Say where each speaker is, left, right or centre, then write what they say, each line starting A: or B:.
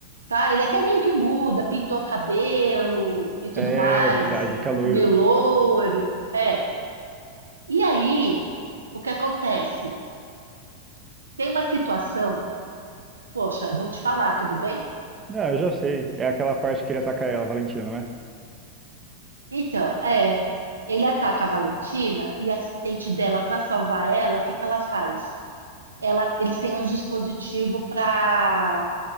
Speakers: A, on the right (about 75°); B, on the right (about 20°).
A: tá? Ele até meio que muda, pintou cabelo e tudo
B: É
A: mais,
B: verdade,
A: assim,
B: caloiro.
A: ficou meio loiro É. E aí, o que acontece? Tem uma situação, poxa, vou te falar, tudo bem?
B: Não, eu já sei. É aquela parte que ele ataca ela, Valentina, não é?
A: Então, é. Ele ataca a Valentina e a assistente dela, para salvar ela, o que que ela faz? Ela, eles têm um dispositivo para